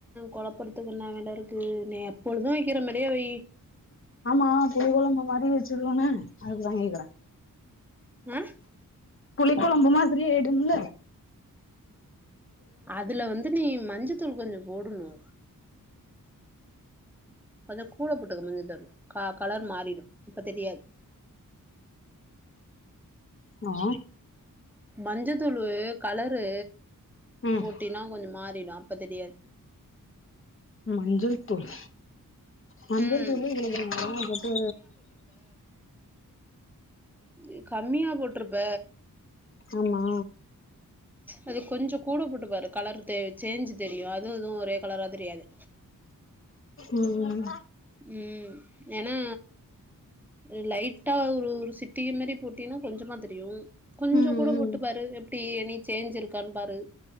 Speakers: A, in the centre; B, on the left.
A: கொலப்படுத்துக்கு என்ன வேல இருக்கு நீ எப்பொழுதூ வெக்கிற மரியே வை
B: ஆமா புளி கொழம்பு மாரி வச்சிருவானே அதுக்குதா கேக்குறே
A: நா
B: புளி கொழம்பு மாதிரி அய்டும்ல
A: அதுல வந்து நீ மஞ்சத்தூள் கொஞ்சோ போடணு கொஞ்ச கூட போட்டுக்க மஞ்சதள் கா கலர் மாறிடு இப்ப தெரியாத்
B: ஆ
A: மஞ்சத்தூளு கலரு
B: ம்
A: போட்டினா கொஞ்ச் மாறிடா இப்ப தெரியாது
B: மஞ்சள் தூள் மஞ்சள்
A: ம்
B: தூள் <unintelligible> போட்டு
A: எ கம்மியா போட்ருப்ப
B: அம்மா
A: அது கொஞ்சோ கூட போட்டு பாரு கலர் தே சேஞ்சு தெரியு அதுவு இதுவு ஒரே கலரா தெரியாது
B: உ ம்
A: ம் ஏனா எ லைட்டா ஒரு ஒரு சிட்டி மாரி போட்டீன்னா கொஞ்சமா தெரியு கொஞ்சோ
B: ம்
A: கூட போட்டு
B: ம்
A: பாரு எப்டி எனி சேஞ்சிருக்கான் பாரு